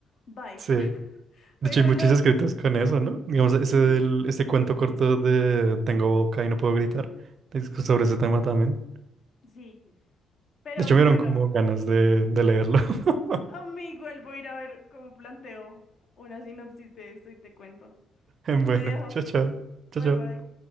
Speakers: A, on the left; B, on the right.
A: Bye.
B: Sí. De
A: <laughs> Pero
B: hecho, hay muchos
A: lo.
B: escritos con eso, ¿no? Digamos, ese,
A: Sí,
B: del- ese cuento corto de Tengo boca y no puedo gritar, es sobre ese tema también.
A: sí. Pero
B: De hecho, me dieron
A: bueno.
B: como ganas de, de leerlo. <laughs>
A: Amigo, él voy a ir a ver cómo planteo una sinopsis de esto y te cuento.
B: Bueno,
A: Te dejo.
B: chao, chao. Chao,
A: Bye
B: chao.
A: bye.